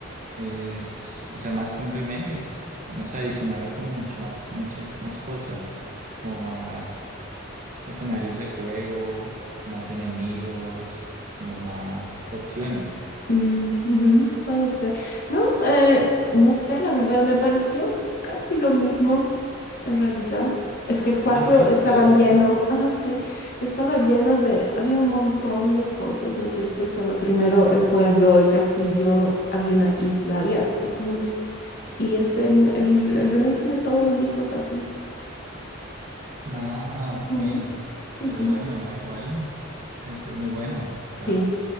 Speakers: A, on the right; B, on the left.
A: es, o sea, más que un remake, es, no sé, adicionaron como mucho más, muchas más cosas, como más escenarios de juego, más enemigos, como más opciones.
B: Mm, ujú, puede ser. No, eh, no sé, la verdad, me pareció casi lo mismo en realidad. Es que el 4
A: Ah, sí,
B: estaba
A: ya lo
B: lleno,
A: jugaste.
B: ajá, sí, estaba lleno de, había un montón de cosas, ¿no es cierto? Estaba primero el pueblo, el castillo, había una isla, había full. Y este, en- el, el remake tiene todo lo mismo casi.
A: Ah, ok.
B: Ujú, Sí,
A: Pero
B: sí,
A: bueno, no, igual debe ser muy bueno. O sea,
B: sí.